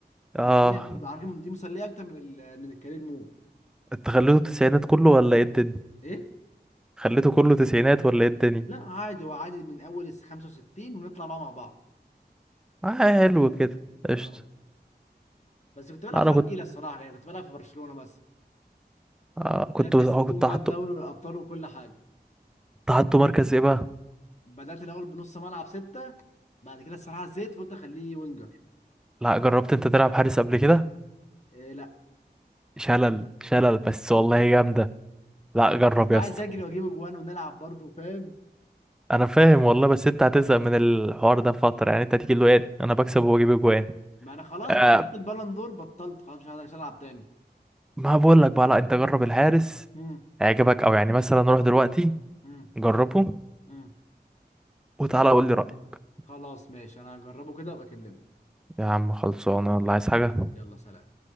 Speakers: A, in the centre; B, on the left (about 40°).
A: اه
B: تسليه برضه على فكره دي مسليه اكتر من ال- من الكارير مود
A: انت خليته تسعينات كله ولا ايه الدنيا
B: ايه
A: خليته كله تسعينات ولا ايه الدنيا
B: لا عادي هو عادي من اول ال 65 ونطلع بقى مع بعض
A: آه حلو كده قشطة
B: اه بس كنت بلعب
A: انا
B: فرقه
A: كنت
B: تقيله الصراحه يعني كنت بلعب في برشلونه مثلا
A: آه كنت
B: فاهم كسبتهم
A: آه، كنت
B: بقى
A: هحطه
B: الدوري والابطال وكل حاجه
A: حطه مركز ايه بقى
B: بدات الاول بنص ملعب سته بعد كده الصراحه زيت فقلت اخليه وينجر
A: لا جربت انت تلعب حارس قبل كده
B: إيه لا
A: شلل شلل بس والله جامده لا جرب
B: انت
A: يا
B: عايز
A: اسطى
B: اجري واجيب اجوان ونلعب برضه فاهم
A: انا فاهم والله بس انت هتزهق من الحوار ده فتره يعني انت هتيجي له ايه انا بكسب واجيب اجوان
B: ما انا خلاص
A: آه
B: بقى انا خدت البالون دور بطلت خلاص مش هقدر العب تاني
A: ما بقول لك بقى لا انت جرب الحارس
B: امم
A: هيعجبك او يعني مثلا روح دلوقتي
B: امم
A: جربه
B: امم
A: وتعالى قول لي رايك
B: خلاص ماشي انا هجربه كده وابقى اكلمك
A: يا عم خلصانه ولا
B: ماشي
A: عايز حاجه
B: يلا سلام